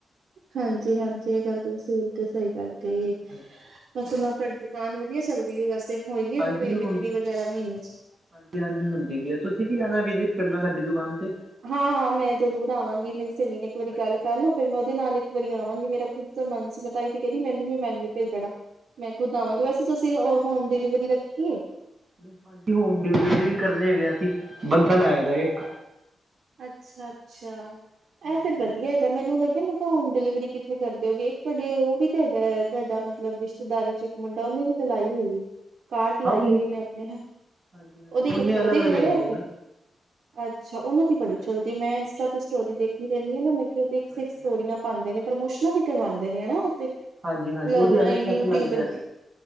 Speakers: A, on the right; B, on the right.
A: ਹਾਂਜੀ-ਹਾਂਜੀ, ਐ ਗੱਲ ਤਾਂ ਤੁਸੀਲ ਕੇ ਸਈਗੱਲ ਕਈਏ।
B: ਹਾਂਜੀ-ਹਾਂਜੀ ਹਾਂਜੀ
A: ਦੁਕਾਨ ਵਧੀਆ ਚੱਲਦੀ ਏ ਵੈਸੇ, ਹੋਈਏ
B: ਹਾਂਜੀ
A: ਤੇ ਕੋਈ
B: ਹਾਂਜੀ ਹੁਣ
A: ਬੀਕਰੀ ਵਗੈਰਾ ਮੀਨੇ 'ਚ।
B: ਹਾਂਜੀ-ਹਾਂਜੀ ਹੁੰਦੀ ਵੀ ਐ। ਤੁਸੀ ਵੀ ਆਨਾ, ਵਿਜਿਟ ਕਰਨਾ ਸਾਡੀ ਦੁਕਾਨ ਤੇ।
A: ਹਾਂ-ਹਾਂ ਮੈ ਜਰੂਰ ਆਵਾਂਗੀ। ਮੇਰੀ ਸਹੇਲੀ ਨੇ ਇਕ ਵਾਰੀ
B: ਹਾਂਜੀ-ਹਾਂਜੀ-ਹਾਂਜੀ
A: ਗੱਲ ਕਰ ਲੋ, ਫੇਰ ਮੈ ਓਦੇ ਨਾਲ ਇਕ ਵਾਰੀ ਆਵਾਂਗੀ। ਮੇਰਾ <unintelligible> ਤੇ ਕੈਂਦੀ ਮੈਨੂੰ ਵੀ ਮੈਨਯੂ ਭੇਜਣਾ। ਮੈ ਖੁਦ
B: ਹਾਂਜੀ
A: ਆਵਾਂਗੀ ਵੈਸੇ, ਤੁਸੀ ਹੋਮ ਡਿਲੀਵਰੀ ਰਖੀਏ?
B: ਹਾਂਜੀ, ਹੋਮ ਡਿਲੀਵਰੀ ਵੀ ਕਰਨੇ ਹੈਗੇਆ ਅਸੀ, ਬੰਦਾ ਲਾਇਆ ਦਾ ਇਕ।
A: ਅੱਛਾ-ਅੱਛਾ,
B: ਹਾਂਜੀ
A: ਐ ਤੇ ਵਧੀਆ। ਤਾਂ ਮੈਨੂੰ ਲਗੇਆ ਮਤਲਬ ਹੋਮ ਡਿਲੀਵਰੀ ਕਿਥੇ ਕਰਦੇ ਓਗੇ। ਇਕ ਤੁਆਡੇ ਓ ਵੀ ਤੇ ਹੈਗਾ, ਤੁਆਡਾ ਮਤਲਬ ਰਿਸ਼ਤਾ- ਤੇਦਾਰੀ 'ਚ ਇਕ ਮੁੰਡਾ, ਓਨੇ ਵੀ ਤੇ ਲਾਈ ਹੋਈਏ। ਕਾਰਟ ਲਾਈ
B: ਹਾਂ ਉਹ
A: ਹੋਈ ਨੇ ਅਪਨੇ।
B: ਹਾਂਜੀ ਹਾਂਜੀ
A: ਓਦੀ
B: ਉਹਨੇ
A: ਕਿਥੇ
B: ਅਲੱਗ
A: ਐ, ਓਦੇ
B: ਲਗਾਈ
A: ਨੇੜੇ
B: ਦੀ
A: ਹੈਕੇ?
B: ਹੈ ਨਾ
A: ਅੱਛਾ, ਓਨਾਂ ਦੀ ਬੜੀ
B: ਹਾਂਜੀ
A: ਚਲਦੀ। ਮੈ ਇੰਸਟਾ ਤੇ ਸਟੋਰੀ ਦੇਖਦੀ ਰੈਨੀ ਆ ਨਾ ਮੈ ਕੇਯਾ ਓ ਤੇ ਏਕ ਤੋਂ
B: ਹਾਂਜੀ
A: ਏਕ ਸਟੋਰੀਆਂ
B: ਹਾਂਜੀ
A: ਪਾਂਦੇ ਨੇ। ਪ੍ਰਮੋਸ਼ਨਾਂ ਵੀ ਕਰਵਾਂਦੇ ਨੇ, ਹਨਾ।
B: ਹਾਂਜੀ-ਹਾਂਜੀ,
A: ਵਲੋਗਰਾਂ
B: ਓਦੇ ਅਲਗ
A: ਯੂਟਿਊਬਰਾਂ
B: ਪੈਸੇ ਲਗਦੇ ਆ।